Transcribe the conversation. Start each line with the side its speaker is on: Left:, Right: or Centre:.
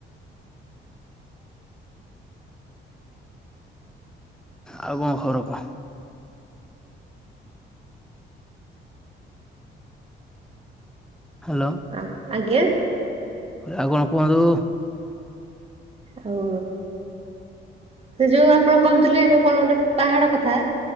Centre: ଆଉ କଣ ଖବର କଣ କୁହ? ହ୍ୟାଲୋ।
Right: ଆ ଆଜ୍ଞା।
Centre: ଆଉ କଣ କୁହନ୍ତୁ?
Right: ଆଉ ସେ ଯୋଉ ଆପଣ କହୁଥିଲେ ଏବେ କଣ ଗୋଟେ ପାହାଡ କଥା।